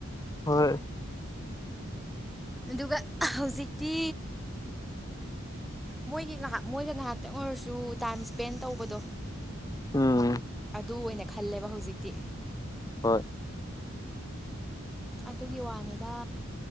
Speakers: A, on the left (about 15°); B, in the centre.
A: ꯍꯣꯏ
B: ꯑꯗꯨꯒ ꯍꯧꯖꯤꯛꯇꯤ ꯃꯣꯏꯒꯤ ꯉꯥꯏꯍꯥꯛ ꯃꯣꯏꯒ ꯉꯍꯥꯛ ꯈꯤꯇꯪ ꯑꯣꯏꯔꯁꯨ ꯇꯥꯏꯝ ꯁ꯭ꯄꯦꯟ ꯇꯧꯕꯗꯣ
A: ꯎꯝ
B: ꯑꯗꯨ ꯑꯣꯏꯅ ꯈꯜꯂꯦꯕ ꯍꯧꯖꯤꯛꯇꯤ
A: ꯍꯣꯏ
B: ꯑꯗꯨꯒꯤ ꯋꯥꯅꯤꯗ